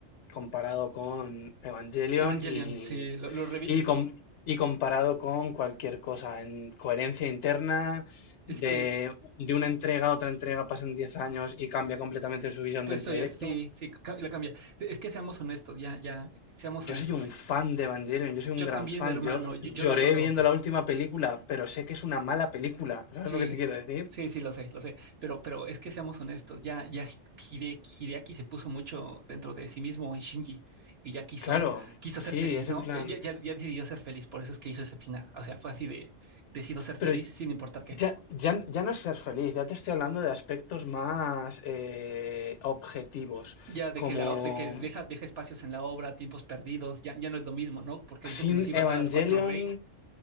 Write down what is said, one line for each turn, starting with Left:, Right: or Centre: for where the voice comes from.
Left: comparado con Evangelion
Right: Evangelion,
Left: y,
Right: sí, lo- los reveals,
Left: y, com- y comparado con cualquier cosa en coherencia interna, de,
Right: es que...
Left: de una entrega a otra entrega pasan 10 años y cambia completamente su visión
Right: Toda
Left: del
Right: historia,
Left: proyecto.
Right: sí, sí, ca- la cambia. Es que seamos honestos, ya, ya, seamos
Left: Yo
Right: honestos.
Left: soy un fan de Evangelion, yo soy
Right: Yo
Left: un gran
Right: también,
Left: fan.
Right: hermano,
Left: Yo
Right: yo,
Left: lloré
Right: yo lo adoro.
Left: viendo la última película, pero sé que es una mala película. ¿Sabes
Right: Sí,
Left: lo que te quiero decir?
Right: sí, sí, lo sé, lo sé. Pero, pero es que seamos honestos, ya, ya Hide- Hideaki se puso mucho dentro de sí mismo en Shinji y ya quiso,
Left: Claro,
Right: quiso
Left: sí,
Right: ser feliz,
Left: es en
Right: ¿no?
Left: plan.
Right: Eh, Ya, ya, ya decidió ser feliz, por eso es que hizo ese final. O sea, fue así de, decido ser feliz
Left: Pero
Right: sin importar qué.
Left: Ya, ya, ya no es ser feliz, ya te estoy hablando de aspectos más eh, objetivos,
Right: Ya de
Left: como
Right: que la, de que deja, deja espacios en la obra, tiempos perdidos, ya, ya no es lo mismo, ¿no? Porque dijo
Left: sin
Right: que nos iba a dar
Left: Evangelion,
Right: las cuatro reyes.